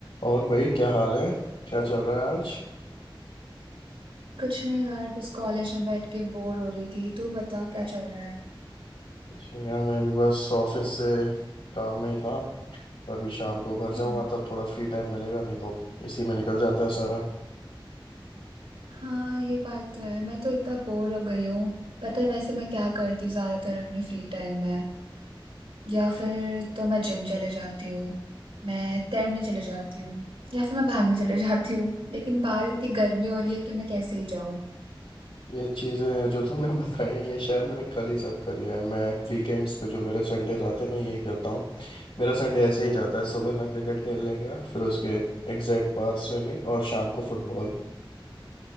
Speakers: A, on the left; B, on the right.
A: और भाई क्या हाल है क्या चल रहा है आज
B: कुछ नहीं यार बस कॉलेज में बैठ के बोर हो रही थी तू बता क्या चल रहा है
A: कुछ नहीं यार मैं भी बस ऑफिस से काम में ही था अभी शाम को घर जाऊंगा
B: हम्म,
A: तब थोड़ा फ्री टाइम मिलेगा नहीं तो इसी में निकल जाता है सारा
B: हाँ ये बात तो है मैं तो इतना बोर हो गई हूँ पता है वैसे मैं क्या करती हूँ ज्यादातर अपने फ्री टाइम में या फिर तो मैं जिम चले जाती हूँ मैं तैरने चले जाती हूँ या फिर मैं भागने चले <laughs> जाती हूँ लेकिन बाहर इतनी गर्मी हो रही है कि मैं कैसे ही जाऊँ
A: ये चीज़ें जो तुमने <laughs> बताई हैं ये शायद मैंने कल ही सब करी है मैं वीकेंड्स पे जो मेरे संडेज आते हैं मैं यही करता हूँ मेरा संडे ऐसे ही जाता है सुबह मैं क्रिकेट खेलने गया फिर उसके एग्जैक्ट बाद स्विमिंग और शाम को फुटबॉल